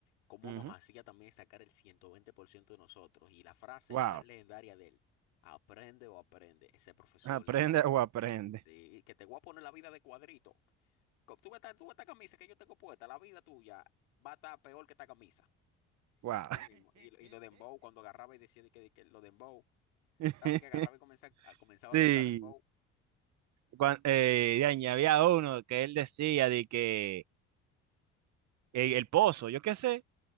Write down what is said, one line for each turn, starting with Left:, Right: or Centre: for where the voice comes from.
Left: Cómo
Right: Ujú.
Left: nos hacía también sacar el 120% de nosotros. Y la frase
Right: Wow.
Left: más legendaria de él, aprende o aprende, ese profesor
Right: Aprende
Left: era
Right: o aprende.
Left: Sí, que te voy a poner la vida de cuadrito. Co- Tú ves esta, tú ves esta camisa que yo tengo puesta, la vida tuya va a estar peor que esta camisa.
Right: Wow.
Left: Sí mismo. Y, lo- y lo de Dembow, cuando agarraba y decía de que, de que lo de Dembow,
Right: <laughs>
Left: ¿sabes? Que agarraba y comenzaba, a, comenzaba
Right: Sí.
Left: a cantar Dembow.
Right: Cuan- eh, de ahí había uno que él decía de que eh, el pozo, yo qué sé.